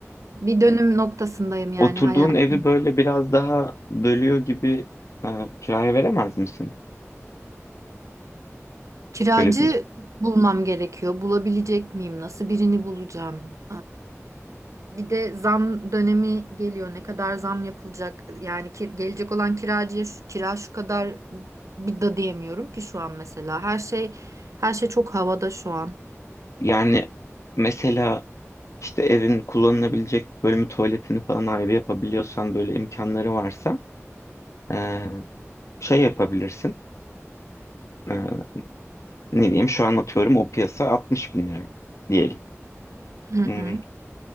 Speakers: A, on the right (about 80°); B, on the left (about 70°).
A: bir dönüm noktasındayım yani
B: Oturduğun
A: hayatım.
B: evi böyle biraz daha bölüyor gibi e, kiraya veremez misin?
A: Kiracı
B: Böyle bir-
A: bulmam gerekiyor. Bulabilecek miyim? Nasıl birini bulacağım? Bir de zam dönemi geliyor. Ne kadar zam yapılacak? Yani ki, gelecek olan kiracıya şu, kira şu kadar bir da diyemiyorum ki şu an mesela. Her şey her şey çok havada şu an.
B: yani mesela işte evin kullanılabilecek bölümü tuvaletini falan ayrı yapabiliyorsan böyle imkanları varsa e, şey yapabilirsin. E, ne diyeyim şu an atıyorum o piyasa 60 bin lira diyelim.
A: Hı hı.
B: Hmm,